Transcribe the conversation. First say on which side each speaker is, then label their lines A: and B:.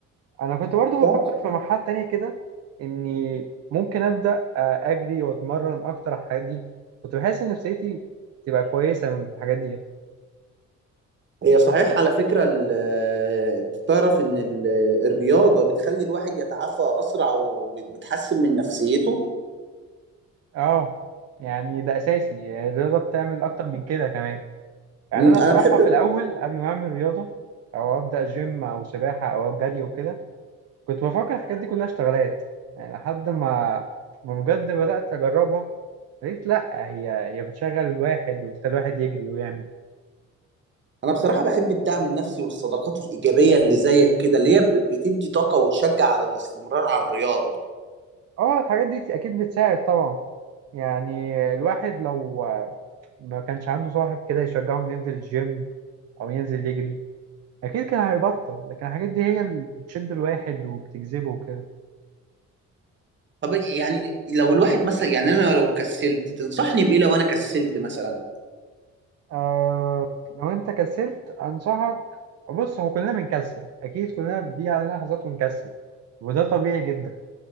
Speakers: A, on the right; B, on the right.
A: انا كنت برضو
B: صح
A: بفكر في مرحله تانية كده اني ممكن ابدا آه، اجري واتمرن اكتر على الحاجات دي كنت بحس ان نفسيتي تبقى كويسه من الحاجات دي
B: هي صحيح على فكرة ال- انت تعرف ان ال- الرياضة بتخلي الواحد يتعافى اسرع وبتحسن من نفسيته
A: اه يعني ده اساسي يعني الرياضه بتعمل اكتر من كده كمان يعني
B: مم،
A: انا الصراحه
B: انا بحب
A: في الاول قبل ما اعمل رياضه او ابدا جيم او سباحه او جري وكده كنت بفكر الحاجات دي كلها اشتغالات يعني لحد ما ما بجد بدات اجربها قلت لا هي هي بتشغل الواحد وبتخلي الواحد يجري ويعمل
B: انا بصراحه بحب الدعم النفسي والصداقات الايجابيه اللي زيك كده اللي هي ب- بتدي طاقه وتشجع على الاستمرار على الرياضه
A: اه الحاجات دي اكيد بتساعد طبعا يعني الواحد لو ما كانش عنده صاحب كده يشجعه انه ينزل الجيم او ينزل يجري اكيد كان هيبطل لكن الحاجات دي هي اللي بتشد الواحد وبتجذبه وكده
B: طب يعني لو الواحد مثلا يعني انا لو كسلت تنصحني بايه لو انا كسلت مثلا
A: آه لو انت كسلت انصحك بص هو كلنا بنكسل اكيد كلنا بيجي علينا لحظات ونكسل وده طبيعي جدا